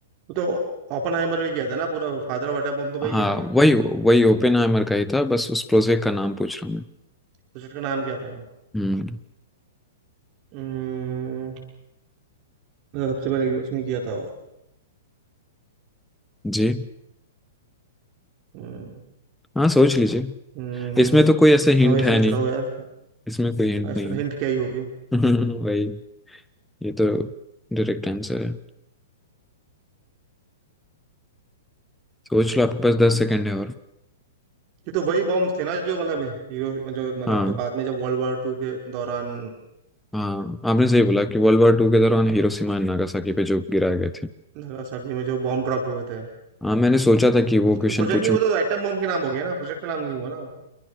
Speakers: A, on the right (about 40°); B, in the centre.
A: वो तो ओपनहाइमर में किया था ना पूरा फादर ऑफ एटम बम तो वही
B: हाँ
A: है
B: वही वही ओपन हाइमर का ही था बस उस प्रोजेक्ट का नाम पूछ रहा हूँ मैं
A: प्रोजेक्ट का नाम क्या था
B: हम्म
A: हम्म, सबसे पहले यूएस में किया था
B: जी
A: हम्म
B: हाँ सोच लीजिए
A: हम्म,
B: इसमें तो कोई ऐसे
A: मैं
B: हिंट
A: वही सोच
B: है नहीं
A: रहा हूँ यार
B: इसमें कोई हिंट
A: और इसमें
B: नहीं
A: तो
B: है
A: हिंट क्या ही होगी
B: <laughs> वही ये तो डायरेक्ट आंसर है सोच लो आपके पास दस सेकेंड है और
A: ये तो वही बॉम्ब्स थे ना जो मतलब हीरो जो मतलब
B: हाँ
A: जो बाद में जब वर्ल्ड वॉर टू के दौरान
B: हाँ आपने सही बोला कि वर्ल्ड वार टू के दौरान हिरोशिमा एंड नागासाकी पे जो गिराए गए थे
A: नागासाकी में जो बॉम्ब ड्रॉप हुए थे
B: हाँ मैंने सोचा था कि वो क्वेश्चन
A: तो प्रोजेक्ट
B: पूछूं
A: नहीं हुआ तो एटम बॉम्ब के नाम हो गया ना प्रोजेक्ट का नाम नहीं हुआ ना